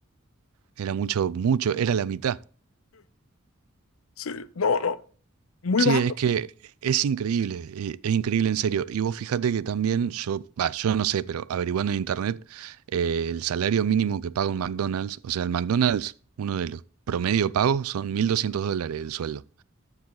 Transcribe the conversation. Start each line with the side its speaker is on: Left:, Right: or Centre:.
Right: era mucho, mucho, era la mitad.
Left: Sí, no, no. Muy
Right: Sí,
Left: barato.
Right: es que es increíble, eh, es increíble en serio. Y vos fíjate que también yo, va, yo no sé, pero averiguando en internet, eh, el salario mínimo que paga un McDonald's, o sea, el McDonald's, uno de los promedio pagos son 1.200 dólares el sueldo.